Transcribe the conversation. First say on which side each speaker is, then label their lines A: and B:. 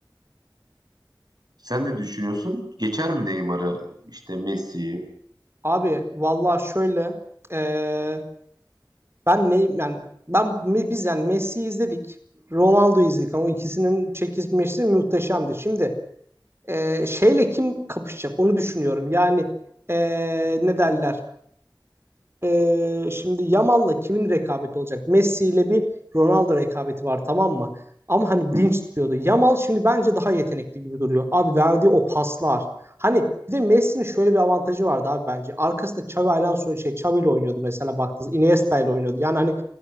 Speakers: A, on the right; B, on the right.
A: Sen ne düşünüyorsun? Geçer mi Neymar'ı, işte Messi'yi?
B: Abi valla şöyle e, ben ne yani ben biz yani Messi'yi izledik. Ronaldo'yu izledik ama ikisinin çekişmesi muhteşemdi. Şimdi e, şeyle kim kapışacak onu düşünüyorum. Yani e, ne derler? E, şimdi Yamal'la kimin rekabeti olacak? Messi ile bir Ronaldo rekabeti var tamam mı? Ama hani
A: Hı,
B: dinç tutuyordu. Yamal şimdi bence daha yetenekli gibi duruyor. Abi verdiği o paslar. Hani bir de Messi'nin şöyle bir avantajı vardı abi bence. Arkasında Xavi Alonso şey Xavi ile oynuyordu mesela baktınız. Iniesta ile oynuyordu. Yani hani